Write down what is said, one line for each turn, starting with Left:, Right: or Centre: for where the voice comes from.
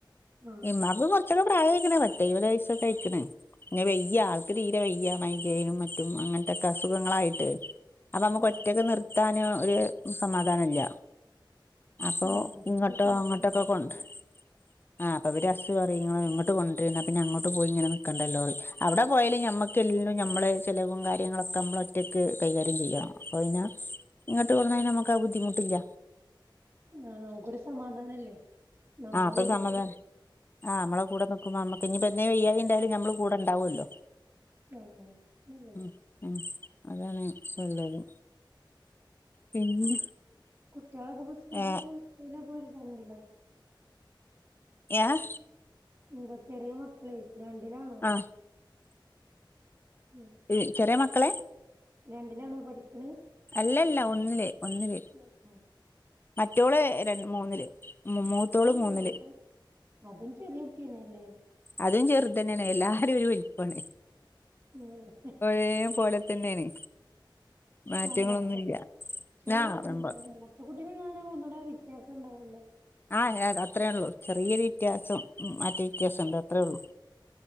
Right: ആഹ്
Left: ഇമ്മാക്ക് കുറച്ചൂടെ പ്രായമായിക്കണ് പത്ത് എഴുപത് വയസ് ഫുഡ് കഴിച്ച്ണ് പിന്നേ ആൾക്ക് വയ്യ ആൾക്ക് തീരെ വയ്യ മൈഗ്രേനും മറ്റും അങ്ങനത്തൊക്കെ അസുഖങ്ങളായിട്ട് അപ്പൊ നമ്മക്ക്
Right: ആഹ്
Left: ഒറ്റക്ക് നിർത്താന് ഒരു സമാധാനല്ല അപ്പൊ
Right: നമുക്കൊരു
Left: ഇങ്ങോട്ടോ
Right: സമാധാനം
Left: അങ്ങോട്ടൊക്കെ
Right: ഉണ്ടാവില്ലല്ലോ
Left: കൊണ്ട് ആഹ് അപ്പൊ പിന്നേ ഹസ് പറയും ഇങ്ങ ഇങ്ങോട്ട് കൊണ്ടിരുന്നാ പിന്നെ അങ്ങോട്ട് പോയി ഇങ്ങനെ നിക്കണ്ടല്ലോ പറയും അവിടെ പോയാലേ ഞമ്മ എല്ലേലും നമ്മള് ചെലവും കാര്യങ്ങളൊക്കെ നമ്മള് ഒറ്റക്ക് കൈകാര്യം ചെയ്യണം. അപ്പൊ പിന്നേ ഇങ്ങട്ട് കൊണ്ട് വന്നാ നമുക്ക് ആ ബുദ്ധിമുട്ടില്ല
Right: ആഹ് നമക്കൊരു സമാധാനല്ലേ നമ്മളെ
Left: ആഹ് അപ്പളേ
Right: വീടും
Left: നമ്മക്ക്
Right: കൂടി
Left: സമാധാനം ആ നമ്മളെ കൂടെ നിക്കുമ്പം നമ്മക്ക് ഇനിയിപ്പം എന്തേലും വയ്യായിക ഉണ്ടായാലും നമ്മൾ കൂടെ ഉണ്ടാവുല്ലോ
Right: ആഹ് നല്ലതാ
Left: ഉം ഉം അതാണ് നല്ലത് പിന്നെ
Right: കുട്ടികളൊക്കെ ഇപ്പം സ്കൂൾക്ക്
Left: ഏ
Right: എയ്ലാ പോവല് വണ്ടിലോ
Left: ഏഹ്
Right: എന്താ ചെറിയ മക്കളെ രണ്ടിലാണോ
Left: ആ
Right: ഉം
Left: ഈ ചെറിയ മക്കളെ
Right: രണ്ടിലാണോ പഠിക്കണെ
Left: അല്ലല്ല ഒന്നില് ഒന്നില്
Right: ഒന്നോ
Left: മറ്റോള് ര മൂന്നില് മൂത്തോള്
Right: ആഹ്
Left: മൂന്നില്
Right: അതും അതും ചെറിയ കുട്ടിയെന്നെല്ലേ
Left: അതും ചെറുത് തന്നെയാണ് എല്ലാ എല്ലാരും ഒരു വലിപ്പാണ്
Right: ഉം
Left: ഒരേ പോലെ തന്നെയാണ് മാറ്റങ്ങളൊന്നുമില്ല
Right: കൗമാരത്തില് പക്ഷെ
Left: ആ വെമ്പ
Right: മൂത്ത കുട്ടിക്കാണെ ഒന്നൂടെ വ്യത്യാസം ഉണ്ടാവല്ലോ
Left: ആഹ് അങ്ങയെഅത്രേ ഉള്ളു ചെറിയെരു വിറ്റ്യാസം മറ്റെ വിറ്റ്യാസം ഉണ്ട് അത്രേ ഉള്ളു